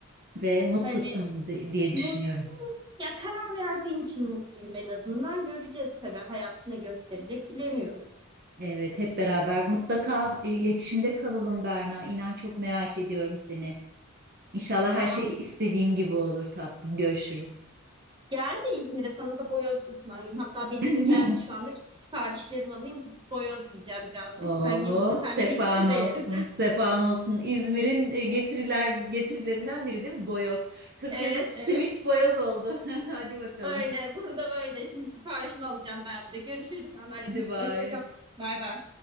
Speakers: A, on the right (about 50°); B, on the right (about 25°).
A: Ve mutlusun
B: Hani
A: de- diye düşünüyorum.
B: mutlu ya karar verdiğim için mutluyum en azından. Göreceğiz tabii hayat ne gösterecek bilemiyoruz.
A: Evet, hep beraber mutlaka iletişimde kalalım Berna. İnan çok merak ediyorum seni. İnşallah her
B: Tamam.
A: şey istediğin gibi olur tatlım. Görüşürüz.
B: Geldi İzmir'e sana da boyoz ısmarlayayım. Hatta benim
A: <laughs>
B: de geldi şu anda. Gidip siparişlerimi alayım. Gidip boyoz yiyeceğim birazcık.
A: Oo,
B: Sen gelince seninle
A: sefan
B: birlikte
A: olsun,
B: de yeriz. <laughs>
A: sefan olsun. İzmir'in e, getiriler getirilerinden biri değil mi? Boyoz. Kırk
B: Evet,
A: yıllık simit
B: evet.
A: boyoz oldu. <laughs> Hadi bakalım.
B: Öyle. Burada böyle. Şimdi siparişimi alacağım ben de. Görüşürüz anneciğim.
A: Hadi bay.
B: Hoşça kal. Bay bay.